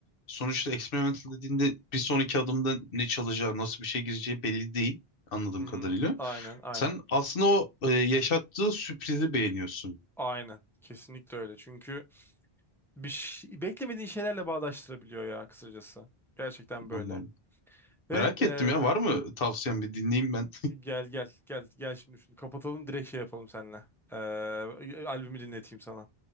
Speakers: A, on the left; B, in the centre.
A: sonuçta experimental dediğinde bir sonraki adımda ne çalacağı, nasıl bir şey gireceği belli değil anladığım
B: Hı
A: kadarıyla.
B: hı. Aynen, aynen.
A: Sen aslında o e, yaşattığı sürprizi beğeniyorsun.
B: Aynen. Kesinlikle öyle. Çünkü bir şey- beklemediğin şeylerle bağdaştırabiliyor ya kısacası. Gerçekten
A: Anladım.
B: böyle. Ve
A: Merak
B: e,
A: ettim ya var mı tavsiyen bir dinleyeyim ben.
B: gel gel gel gel şimdi şunu kapatalım direkt şey yapalım seninle. E, albümü dinleteyim sana.